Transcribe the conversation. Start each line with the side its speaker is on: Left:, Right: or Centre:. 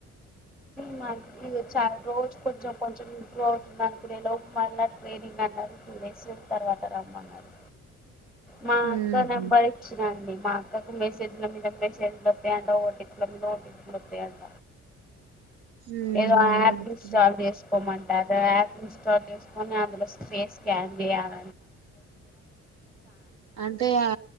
Centre: వర్క్ చాలా రోజు కొంచెం కొంచెం ఇంప్రూవ్ అవుతుంది అనుకు లోపు మళ్ళ ట్రైనింగ్ అన్నారు. టూ డేస్ తర్వాత రమ్మన్నారు. మా
Right: ఉహు
Centre: అక్క నెంబర్ ఇచ్చినండి. మా అక్కకు మెసేజ్ల మీద మెసేజ్ లోస్తాయంట ఒటిప్ల మీద ఒటిప్ లు వస్తాయంట
Right: ఉహు
Centre: ఏదో ఆప్ ఇన్స్టాల్ చేస్ కోమంటారు యాప్ ఇన్స్టాల్ చేసుకొని అందులో స్పేస్ స్కాన్ చేయాల
Right: అంటే ఆ